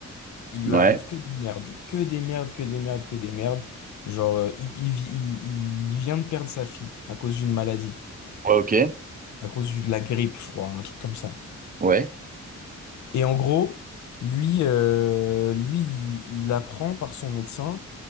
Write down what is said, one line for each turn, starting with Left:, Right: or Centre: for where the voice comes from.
Left: il
Right: Ouais.
Left: lui arrive que des merdes, que des merdes, que des merdes, que des merdes. Genre, euh, il, il vi- il- il vient de perdre sa fille à cause d'une maladie,
Right: Ouais, ok.
Left: à cause du- de la grippe, je crois, un truc comme ça.
Right: Ouais.
Left: Et en gros, lui, euh, lui, il, il apprend par son médecin